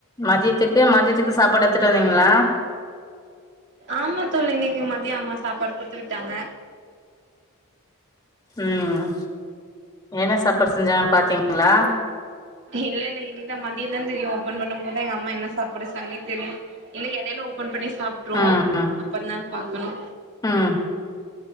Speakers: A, on the left (about 20°); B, on the right (about 55°).
A: மதியத்துக்கு மதியத்துக்கு சாப்பாடு எத்துட்டு வந்தீங்ளா
B: ஆமா தோழி இன்னைக்கு மதியோ அம்மா சாப்பாடு குடுத்து விட்டாங்க
A: ம் என்ன சாப்பாடு செஞ்சாங்கன் பாத்தீங்ளா
B: இல்ல இல்ல இனிதா மதியந்தா தெரியு ஓப்பன் பண்ணும் போதுதா எங்க அம்மா என்ன சாப்பாடு வச்சாங்கன்னே தெரியு இல்ல எடையில ஓபன் பண்ணி சாப்ட்ருவோ
A: ம் ம்
B: அப்ப தா பாக்கணு
A: ம்